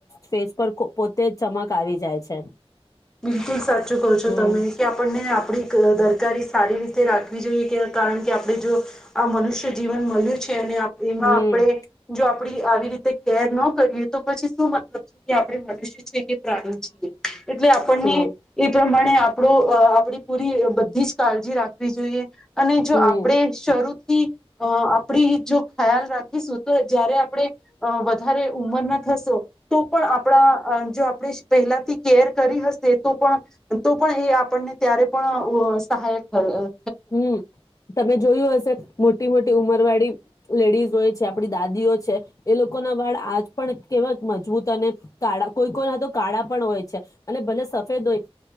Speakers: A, on the left; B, in the centre.
A: ફેસ. પર <unintelligible> પોતે જ ચમક આવી જાય છે.
B: બિલકુલ સાચું કહો છો
A: હમ
B: તમે કે આપણને આપડી ક દરકારી સારી રીતે રાખ <unintelligible> જોઈએ કે કારણ કે આપણે જો આ મનુષ્ય જીવન મલ્યુ છે અને આ એમાં
A: હમ
B: આપણે જો. આપડે આવી રીતે કેર ન કરીએ તો પછી શું મતલબ કે આપણે મનુષ્ય છીએ કે પ્રાણી છીએ. એલે આપણને
A: હમ
B: એ પ્રમાણે. ને આપડો. અહ આપડી પૂરી બધી જ. કાળજી રાખવી જોઈએ. અને જો
A: હમ
B: આપણેે જ શરૂ થી અ આપણી જો ખ્યાલ રાખીશું તો જયારે આપણે અહ વધારે ઉંમરના થશો તો પણ આપણા અહ જો. પડે જ પહેલાથી કેર. કરી હશે તો પણ તો પણ એ આપણને ત્યારે પણ અહ સહાયક અહ.
A: હં, તમે જોયું હશે મોટી મોટ એ ઉમરવાળી લેડીઝ હોય છે, આપડી દાદીઓ છે એ લોકો ના વાળ આજ પણ કેવા મજબૂત અને કાળા કોઈ કોઈ ના તો કાળા પણ હોય છે અને ભલે સફેદ હોય